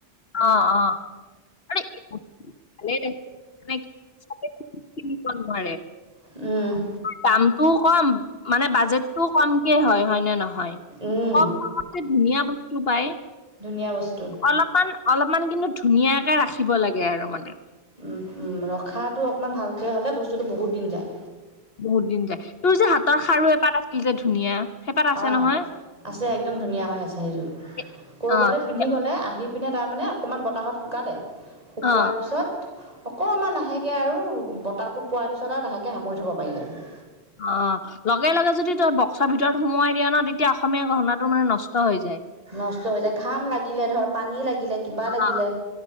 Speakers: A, on the left; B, on the right.
A: অ অ আৰে ভালেই দে। <inaudible> কিনিব নোৱাৰে।
B: উ
A: দামটোও কম মানে বাজেটটোও কমকে হয়। হয় নে নহয়?
B: উম
A: কম দামতে ধুনীয়া বস্তু পায়।
B: ধুনীয়া বস্তু
A: অলপমান, অলপমান কিন্তু ধুনীয়াকে ৰাখিব লাগে আৰু মানে।
B: উম, উম ৰখাটো অকণমান ভালকে হ'লে বস্তুটো বহুত দিন যায়।
A: বহুত দিন যায়। তোৰ যে হাতৰ খাৰু এপাত আছিল যে ধুনীয়া। সেইপাত আছে
B: অ'
A: নহয়
B: আছে একদম ধুনীয়া হৈ আছে সেইযোৰ।
A: এ-
B: কৰবালৈ
A: অ
B: পিন্ধি
A: এ-
B: গ'লে আহি পিনে তাৰমানে অকণমান বতাহত শুকালে শুকোৱাৰ
A: অ
B: পিছত অকমান লাহেকে আৰু বতাহটো পোৱাৰ পিছত আৰু লাহেকে সামৰি থব পাৰি আৰু।
A: অ লগে, লগে যদি তই বক্সৰ ভিতৰত সোমোৱাই দিয়া নহ তেতিয়া অসমীয়া গহনাটো মানে নষ্ট হৈ যায়।
B: নষ্ট হৈ যায় ঘাম লাগিলে ধৰ পানী লাগিলে। কিবা লাগিলে
A: অ